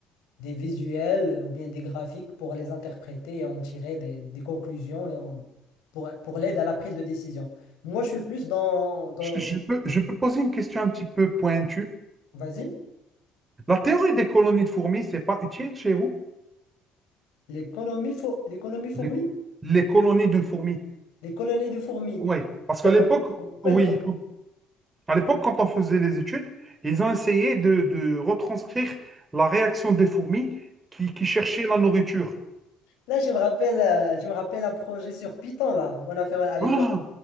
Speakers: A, on the left; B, on the right.
A: des visuels euh, ou bien des graphiques pour les interpréter et en tirer des, des conclusions et en- pour, pour l'aide à la prise de décision. Moi, je suis plus dans... dans...
B: Je, je peux, je peux poser une question un petit peu pointue.
A: Vas-y.
B: La théorie des colonies de fourmis, c'est pas utile chez vous?
A: L'économie fo- l'économie fourmi,
B: Les, les colonies de fourmis.
A: les colonies de fourmis.
B: Oui, parce qu'à
A: Euh,
B: l'époque,
A: Quoi,
B: oui, À l'époque, quand on faisait les études, ils ont essayé de, de retranscrire la réaction des fourmis qui, qui cherchaient la nourriture.
A: Là, je me rappelle, euh, je me rappelle un projet sur Python là qu'on a fait à l'école.
B: Voilà,